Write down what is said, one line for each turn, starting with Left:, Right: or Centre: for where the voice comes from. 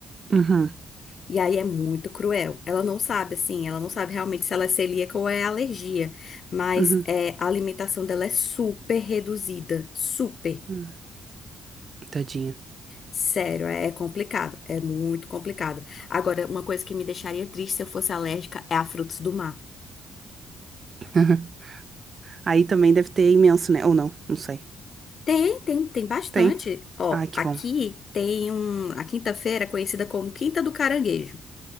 Right: Uhum.
Left: E aí é muito cruel. Ela não sabe, assim, ela não sabe realmente se ela é celíaca ou é alergia. Mas
Right: Uhum.
Left: é, a alimentação dela é super reduzida. Super.
Right: Uhum. Tadinha.
Left: Sério, é, é complicado. É muito complicado. Agora, uma coisa que me deixaria triste se eu fosse alérgica é a frutos do mar.
Right: <laughs> Uhum. Aí também deve ter imenso, né? Ou não, não sei.
Left: Tem, tem, tem bastante.
Right: Tem?
Left: Ó,
Right: Ai, que
Left: aqui
Right: bom.
Left: tem um, a quinta-feira é conhecida como Quinta do Caranguejo.